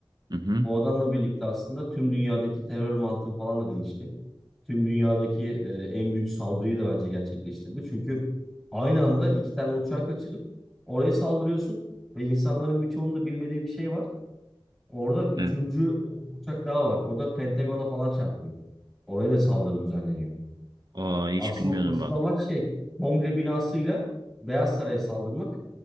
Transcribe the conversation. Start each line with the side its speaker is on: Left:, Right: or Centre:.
Right: Hı hı.
Centre: O adamla birlikte aslında tüm dünyadaki terör mantığı falan da değişti. Tüm dünyadaki e, en büyük saldırıyı da bence gerçekleştirdi. Çünkü aynı anda iki tane uçağı kaçırıp oraya saldırıyorsun ve insanların birçoğunun da bilmediği bir şey var. Orada üçüncü
Right: E,
Centre: e, uçak daha var. O da Pentagon'a falan çarpıyor. Oraya da saldırı düzenleniyor.
Right: Aa hiç
Centre: Aslında
Right: bilmiyordum
Centre: asıl
Right: bak.
Centre: amaç şey, Kongre binasıyla Beyaz Saray'a saldırmak.